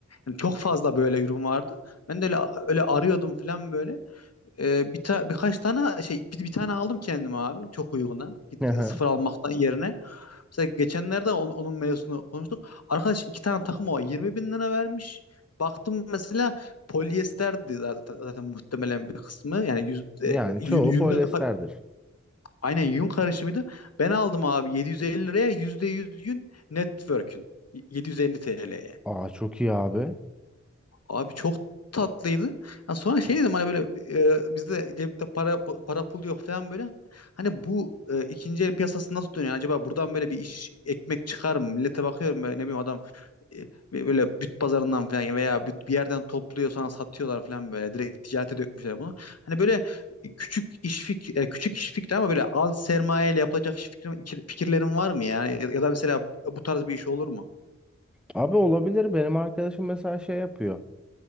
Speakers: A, on the left; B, in the centre.
A: yani çok fazla böyle ürün vardı. Ben de öyle öyle arıyordum falan böyle. E, bir ta- birkaç tane şey bir, bir tane aldım kendime abi çok uyguna. Git,
B: Hı hı.
A: sıfır almaktan yerine. Mesela geçenlerde on- onun mevzusunu konuştuk. Arkadaş iki tane takım o 20 bin lira vermiş. Baktım mesela polyesterdi zaten, zaten muhtemelen bir kısmı. Yani yüzde,
B: Yani
A: yün,
B: çoğu
A: yünde,
B: polyester
A: Aynen yün karışımıydı. Ben aldım abi 750 liraya %100 yün network'ün. 750 TL'ye.
B: Aa çok iyi abi.
A: Abi çok tatlıydı. Ya sonra şey dedim hani böyle e, bizde cepte para para pul yok falan böyle. Hani bu e, ikinci el piyasası nasıl dönüyor? Yani Acaba buradan böyle bir iş ekmek çıkar mı? Millete bakıyorum böyle ne bileyim adam e, böyle büt pazarından falan veya büt bir yerden topluyor sonra satıyorlar falan böyle. Direkt ticarete dökmüşler bunu. Hani böyle küçük iş fikri, e, küçük iş fikri ama böyle az sermayeyle yapılacak iş fikri, fikirlerin var mı yani? Ya da mesela bu tarz bir iş olur mu?
B: Abi olabilir. Benim arkadaşım mesela şey yapıyor.